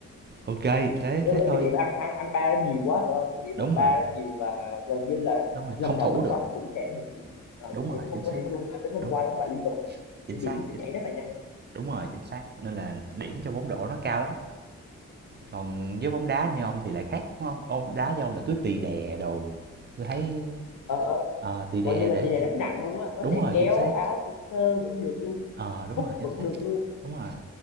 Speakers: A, on the right; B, on the left.
A: ok thế
B: tức
A: thế
B: là
A: thôi
B: cái điểm ăn ăn ăn ba nó nhiều quá phải không cái điểm
A: đúng
B: ăn ba
A: rồi
B: nó nhiều và gần như là
A: đúng rồi
B: lần
A: không
B: nào
A: thủ
B: tấn
A: được
B: công cũng sẽ được điểm ờ,
A: đúng
B: cũng
A: rồi
B: sẽ tấn công
A: chính xác
B: có điểm luôn và tấn công
A: đúng
B: qua
A: rồi,
B: đóng bại liên tục
A: chính
B: nên
A: xác
B: điểm nó sẽ
A: chính,
B: nhảy rất là nhanh
A: đúng rồi chính xác nên là điểm cho bóng rổ nó cao lắm còn với bóng đá như
B: Ừ.
A: ông thì lại khác đúng không ông đá như ông là cứ tì đè đồ tôi thấy
B: ờ ờ,
A: ờ, tì
B: coi
A: đè
B: như là
A: để
B: tỷ lệ
A: cho-
B: rất nặng luôn á có
A: đúng
B: thể
A: rồi
B: kéo
A: chính xác
B: áo sơ sơ vẫn được luôn
A: ờ đúng
B: hút
A: rồi chính
B: vẫn
A: xác
B: được luôn
A: đúng rồi